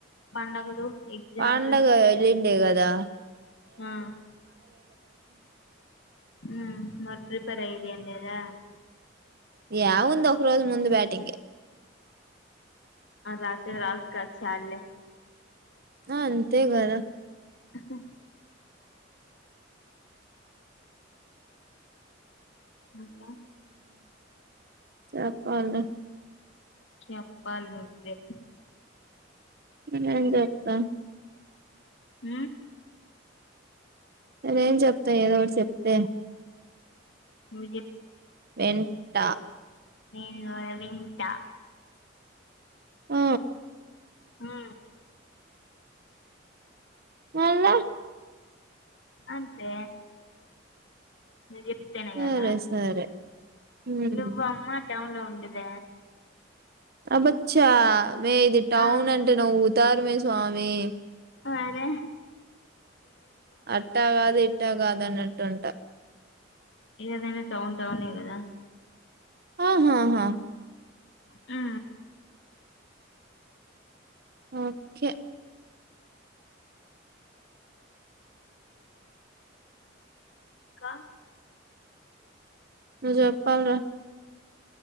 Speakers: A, on the left (about 65°); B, on the right (about 55°).
A: పండగలు ఎగ్జామ్లు
B: పండగ ఇది దే గదా
A: ఆ ఉ మరి ప్రిపేర్ అయిది ఏది లేదా
B: యా ఉందో ఒక రోజు ముందు బ్యాటింగే
A: అ రాచే రాస్ కాచ్చలే
B: అంతే కదా
A: ఆహా ఇంకా
B: చెప్పాల
A: చెప్పాల్ నువ్వే
B: నేనేం చెతా
A: ఉ
B: నేను ఏం చెప్తా ఏదో ఒకటి చెప్తే
A: నువ్ చెప్
B: వెంట
A: నేను కూడా వింటా
B: ఆ
A: ఆ
B: మళ్ళా
A: అంతే ను చెప్తేనే
B: సరే
A: కదా
B: సరే ఉమ్
A: నువ్ అమ్మ టౌన్ లో ఉండద
B: అబ్బచ్చ మే ఇది టౌన్
A: ఆ
B: అంటే నవ్వుతారుమే స్వామి
A: అరే
B: అట్టా కాదు ఇట్టా కాదు అన్నట్టుంట
A: ఏదయినా టౌన్ టౌన్ గదా
B: ఆహాహహ
A: ఆ
B: ఓకే
A: కా
B: నువ్ జప్పల్రా